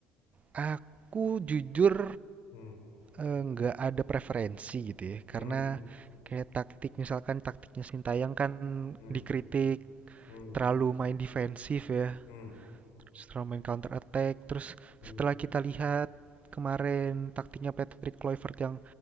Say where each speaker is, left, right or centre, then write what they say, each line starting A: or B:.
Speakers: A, on the right; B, on the left.
A: aku jujur,
B: Hmm.
A: eee, nggak ada preferensi gitu ya,
B: Hmm.
A: karena kayak taktik misalkan taktiknya Sintayong kan
B: Hmm.
A: dikritik
B: Hmm.
A: terlalu main defensif ya,
B: Hmm.
A: terus terlalu main counter attack, terus
B: Hmm.
A: setelah kita lihat kemarin taktiknya Patrick Kluivert yang